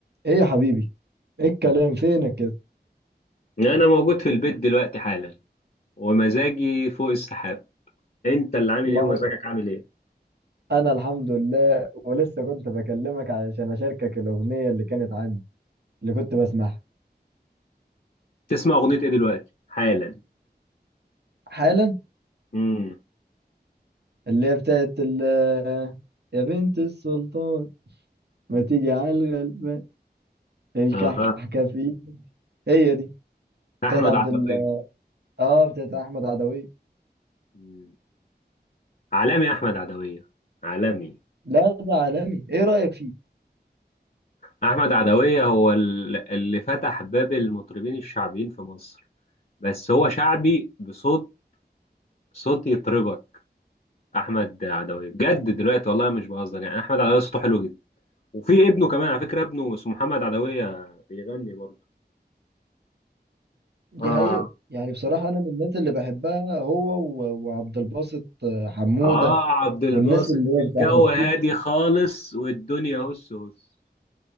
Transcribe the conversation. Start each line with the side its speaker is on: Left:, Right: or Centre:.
Right: ايه يا حبيبي ايه الكلام فينك كده
Left: انا موجود في البيت دلوقتي حالا ومزاجي فوق السحاب انت اللي عامل
Right: ما
Left: ايه ومزاجك
Right: هو
Left: عامل ايه
Right: انا الحمد لله ولسه كنت بكلمك علشان اشاركك الاغنيه اللي كانت عندي اللي كنت بسمعها
Left: تسمع اغنية ايه دلوقتي حالا
Right: حالا
Left: امم
Right: اللي هي بتاعت ال آه، يا بنت السلطان ما تيجي على الغلبان الكحكفي
Left: اها
Right: هي دي بتاعت
Left: احمد
Right: عبد
Left: عدوية
Right: ال اه بتاعت احمد عدويه
Left: مم. عالمي احمد عدوية عالمي
Right: لا ده عالمي ايه رايك فيه
Left: احمد عدوية هو ال- اللي فتح باب المطربين الشعبيين في مصر بس هو شعبي بصوت صوت يطربك احمد عدوية بجد دلوقتي والله مش بهزر يعني احمد عدوية صوته حلو جدا وفي ابنه كمان على فكرة ابنه اسمه محمد عدوية بيغني برضه
Right: دي
Left: اه
Right: حقيقه يعني بصراحه انا من الناس اللي بحبها هو و- وعبد الباسط آه، حموده
Left: اه عبد الباسط
Right: والناس اللي هي
Left: الجو
Right: بتاع احمد شيبه
Left: هادي خالص والدنيا هس هس